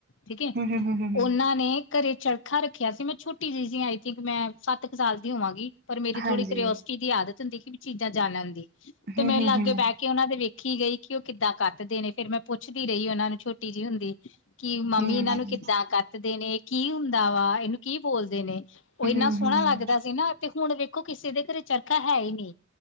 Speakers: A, on the left (about 80°); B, on the right (about 60°).
A: ਠੀਕ ਹੈ
B: ਹਮ ਹਮ ਹਮ ਹਮ ਹਮ
A: ਉਹਨਾਂ ਨੇ। ਘਰੇ ਚੜਖਾ ਰੱਖਿਆ ਸੀ ਮੈਂ ਛੋਟੀ ਜਿਹੀ ਸੀ ਆਈ ਥਿੰਕ ਮੈਂ ਸੱਤ ਕੁ ਸਾਲ ਦੀ ਹੋਵਾਂਗੀ ਪਰ ਮੇਰੀ ਥੋੜੀ
B: ਹਾਂਜੀ
A: ਕਰੋਸਟੀ। ਜਿਦੀ ਆਦਤ ਹੁੰਦੀ ਕਿ ਵੀ ਚੀਜ਼ਾਂ ਜਾਣਨ ਦੀ ਤੇ
B: ਹਮ
A: ਮੇਰੇ
B: ਹਮ
A: ਲਾਗੇ ਬਹਿ ਕੇ ਉਹਨਾਂ ਦੇ ਵੇਖ। ਦੇਖੀ ਗਈ ਕਿ ਉਹ ਕਿੱਦਾਂ ਕੱਟਦੇ ਨੇ ਫੇਰ ਮੈਂ ਪੁੱਛਦੀ ਰਹੀ ਉਹਨਾਂ ਨੂੰ ਛੋਟੀ ਜਿਹੀ ਹੁੰਦੀ। ਕਿ
B: ਹਮ
A: ਮੰਮੀ ਇਹਨਾਂ
B: ਹਮ
A: ਨੂੰ ਕਿੱਦਾਂ ਕੱਤਦੇ ਨੇ ਕੀ ਹੁੰਦਾ ਵਾ ਇਹਨੂੰ ਕੀ ਬੋਲਦੇ ਨੇ। ਉਹ ਇੰਨਾ
B: ਹਮ
A: ਸੋਹਣਾ
B: ਹਮ
A: ਲੱਗਦਾ ਸੀ ਨਾ ਤੇ ਹੁਣ। ਦੇਖੋ ਕਿਸੇ ਦੇ ਘਰੇ ਚਰਖਾ ਹੈ ਹੀ ਨਹੀਂ